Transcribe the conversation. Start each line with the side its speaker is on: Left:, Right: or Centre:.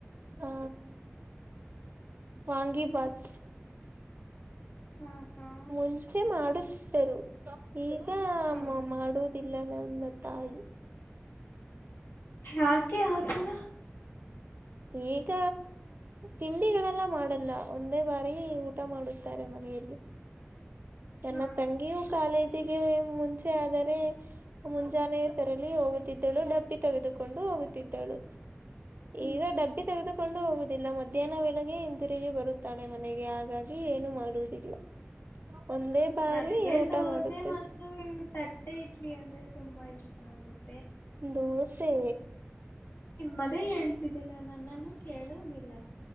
Right: ಆ
Left: ಹ
Right: ವಾಂಗಿ ಬಾತ್
Left: ಹಾ ಹಾ
Right: ಮುಂಚೆ ಮಾಡುತ್ತರು ಈಗ
Left: ಹ್ಮ್
Right: ಮಾಡೋದಿಲ್ಲ ನನ್ನ ತಾಯಿ
Left: ಯಾಕೆ ಆ ತರ
Right: ಈಗ ತಿಂಡಿಗಳೆಲ್ಲ ಮಾಡಲ್ಲ ಒಂದೇ ಬಾರಿ ಊಟ ಮಾಡುತ್ತಾರೆ ಮನೆ ಹೇಳೇರಿ ನನ್ನ
Left: ಹಾ
Right: ತಂಗಿಯು ಕಾಲೇಜ ಚಿಗೆ ಮುಂಚೆ ಆದರೆ ಮುಂಜಾನೆ ತರಲಿ ಹೋಗುತ್ತಿದ್ದಳು ಡಬ್ಬಿ ತೆಗೆದುಕೊಂಡು ಹೋಗುತ್ತಿದ್ದಳು
Left: ಹ್ಮ್
Right: ಈಗ ಡಬ್ಬಿ ತೆಗೆದುಕೊಂಡು ಹೋಗ ಮಧ್ಯಾಹ್ನ ವಳಗೆ ಹಂತಿರುಗ ಬರುತ್ತಾಳೆ ಮನೆಗೆ ಹಾಗಾಗಿ ಏನು ಮಾಡುವುದಿಲ್ಲ ಒಂದೇ ಬಾರಿ
Left: ನನಗೆ
Right: ಊಟ
Left: ದೋಸೆ
Right: ಮಾಡುತ್ತೆ
Left: ಮತ್ತು ತಟ್ಟೆ ಇಡ್ಲಿ ಅಂದ್ರೆ ತುಂಬಾ ಇಷ್ಟ ಆಗುತ್ತೆ
Right: ದೋಸೆ
Left: ಮದೆ ಹೇಳ್ತಿದ್ದೀರಾ ನನ್ನನ್ನು ಕೇಳೋುದಿಲ್ಲ